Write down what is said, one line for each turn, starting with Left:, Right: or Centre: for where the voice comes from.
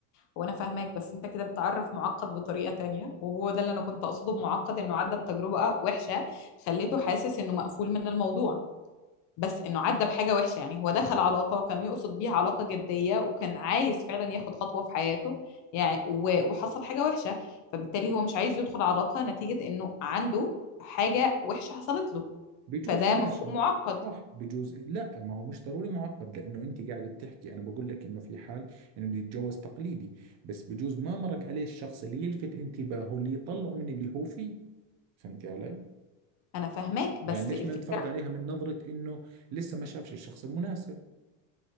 Left: وانا فاهماك بس انت كده بتعرف معقد بطريقه تانية وهو ده اللي انا كنت اقصده بمعقد انه عدى بتجربه وحشه خليته حاسس انه مقفول من الموضوع بس انه عدى بحاجه وحشه يعني هو دخل علاقه وكان يقصد بيها علاقه جديه وكان عايز فعلا ياخد خطوه في حياته يعني و- وحصل حاجه وحشه فبالتالي هو مش عايز يدخل علاقه نتيجه انه عنده حاجه وحشه حصلت له
Right: بجوز
Left: فده
Right: ماشي
Left: مفهوم معقد
Right: صح بجوز لا ما هو مش ضروري معقد لانه انت قاعد بتحكي انا بقول لك انه في حال انه بده يتجوز تقليدي بس بجوز ما مرق عليه الشخص اللي يلفت انتباهه اللي يطلعه من اللي هو فيه فهمتي علي
Left: انا فاهماك
Right: يعني
Left: بس
Right: ليش
Left: الفكره
Right: ما نتفرج عليها من نظرة انه لسه ما شافش الشخص المناسب